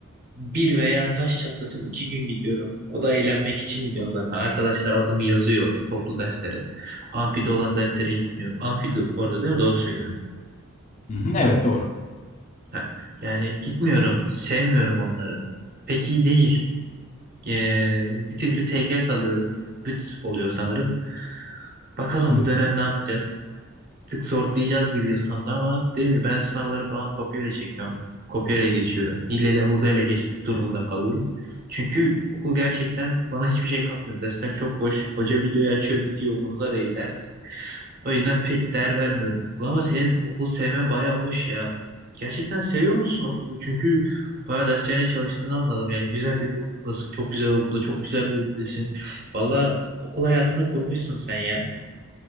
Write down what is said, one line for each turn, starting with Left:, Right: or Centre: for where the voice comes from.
Right: bir veya taş çatlasın iki gün gidiyorum. O da eğlenmek için gidiyorum zaten. Arkadaşlar adımı yazıyor toplu derslere. Amfide olan derslere gitmiyorum. Amfi de- bu arada değil mi? Doğru söyledim.
Left: Hı hı, evet doğru.
Right: Ha. Yani gitmiyorum. Sevmiyorum onları. Pek iyi değil. Ee, bir tigri tekel kalıyorum. Büt oluyor sanırım. Bakalım
Left: Hı hı.
Right: bu dönem ne yapacağız? tık sortlayacağız gibi yıl sonunda ama dediğim gibi ben sınavları falan kopyayla çekiyorum. Kopyayla geçiyorum. Hileyle hurdayla geçmek durumunda kalıyorum. Çünkü okul gerçekten bana hiçbir şey katmıyor. Dersler çok boş. Hoca videoyu açıyor gidiyor umurunda değil ders. O yüzden pek değer vermiyorum okula ama senin okul sevmen bayağı hoş ya. Gerçekten seviyor musun okulu? Çünkü bayağı derslerine çalıştığını anladım. Yani güzel de bir okuldasın. Çok güzel okulda, çok güzel bir bölümdesin. Valla okul hayatını kurmuşsun sen ya.